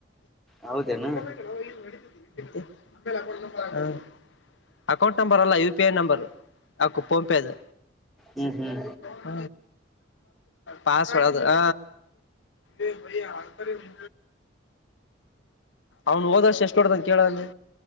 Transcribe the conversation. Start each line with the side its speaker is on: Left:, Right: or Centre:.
Centre: ಹೌದನು.
Left: ೇಲೆ <inaudible> ಅಕೌಂಟ್ ನಂಬರ್ ಅಲ್ಲ ಯುಪಿಐ ನಂಬರ್ ಆಕ್ ಫೋನ್ಪೇದು.
Centre: ಹ್ಮ್ ಹ್ಮ್
Left: ಹ ಪಸಳೋಗ ಹ. ಇ ಭೈಯ ಆತಾರೆ ನಿ. ಅವ್ನು ಹೋದಷ್ಟ ಎಷ್ಟ ಹೊಡದಾನ ಕೇಳಲ್ಲಿ